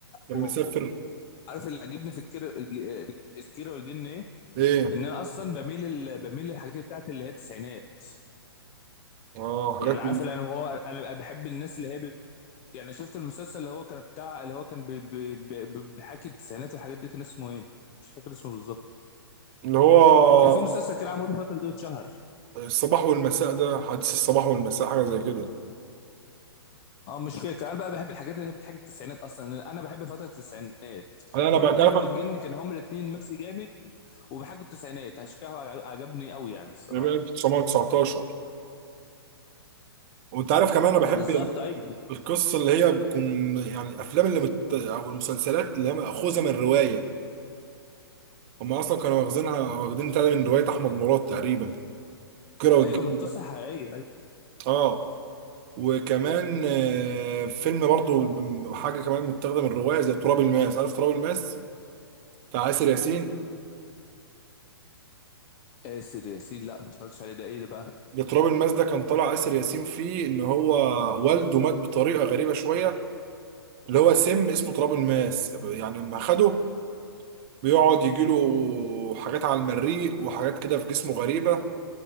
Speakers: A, on the right (about 30°); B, on the left (about 25°).
A: كان
B: هو
A: مسافر
B: عارف اللي عجبني في الكيرة الج- الكيرة والجن ايه
A: ايه
B: ان انا اصلا بميل ال... بميل للحاجات بتاعت اللي هي التسعينات
A: اه حاجات
B: يعني عارف يعني هو انا بحب الناس اللي هي ب... يعني شفت المسلسل اللي هو كان بتاع اللي هو كان ب... ب... ب... بحكي التسعينات والحاجات دي كان اسمه ايه مش فاكر اسمه بالظبط
A: اللي هو
B: كان في مسلسل كده عامل الفترة دي اتشهر
A: الصباح والمساء ده حديث الصباح والمساء حاجة زي كده
B: اه مش فاكر انا بقى بحب الحاجات اللي هي بتحكي التسعينات اصلا انا بحب فترة التسعينات
A: انا أنا
B: والكيرة
A: بقى تعرف انا
B: والجن كان هما الاتنين ميكس جامد وبيحكوا التسعينات عشان كده هو عج- عجبني قوي يعني الصراحة
A: بقى 1919 وانت عارف كمان انا بحب
B: بالظبط ايوه
A: القصة اللي هي بتكون يعني الافلام اللي مت... او المسلسلات اللي هي مأخوذة من رواية هم اصلا كانوا واخدينها واخدين تاني من روايه احمد مراد تقريبا كيرة والجن
B: ايوه من قصة
A: ده.
B: حقيقية ايوه
A: اه وكمان آه، فيلم برضو حاجه كمان متاخده من روايه زي تراب الماس عارف تراب الماس بتاع آسر ياسين
B: ياسر ياسين لا ما اتفرجتش عليه ده ايه ده بقى
A: ده تراب الماس ده كان طالع آسر ياسين فيه ان هو والده مات بطريقه غريبه شويه اللي هو سم اسمه تراب الماس يعني لما خده بيقعد يجيله حاجات على المريء وحاجات كده في جسمه غريبه